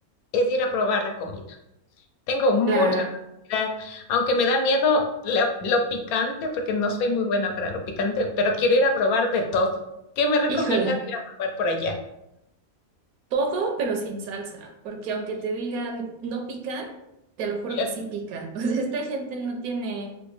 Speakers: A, on the left; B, on the right.
A: es ir a probar la comida. Tengo mucha
B: Claro,
A: curiosidad, aunque me da miedo la- lo picante, porque no soy muy buena para lo picante, pero quiero ir a probar de todo. ¿Qué me recomiendas
B: híjole,
A: ir a probar por allá?
B: Todo, pero sin salsa, porque aunque te digan no pica, te lo juro
A: <laughs> Ya,
B: que sí pica. <laughs> O sea, esta gente no tiene,